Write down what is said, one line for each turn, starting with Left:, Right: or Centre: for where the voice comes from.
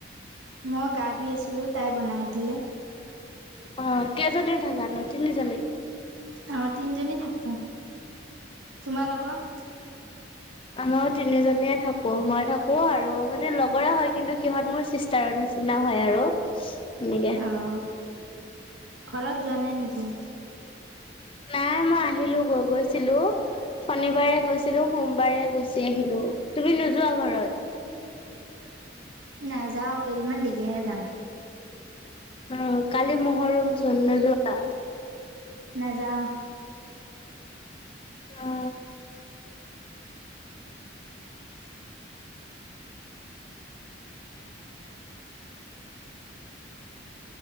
Right: মই গা ধুই আছিলো তাই বনাই দিলে
Left: অ কেইজনী থাকা নো তিনিজনী
Right: অ তিনিজনী থাকো তোমালোকৰ
Left: আমাৰো তিনিজনীয়ে থাকো মই থাকো আৰু মানে লগৰে হয় কিন্তু সিহত মোৰ চিষ্টাৰৰ নি নিচিনা হয় আৰু সেনেকে
Right: অঁ ঘৰত যোৱা নাই নিকি
Left: নাই মই আহিলো গৈ গৈছিলো শনিবাৰে গৈছিলো সোমবাৰে গুচি আহিলো তুমি নোযোৱা ঘৰত
Right: নাযাও কেইদিনমান দেইকেহে যাম
Left: অ কালি মহৰম চোন নোযোৱা
Right: নাযাওঁ
Left: অ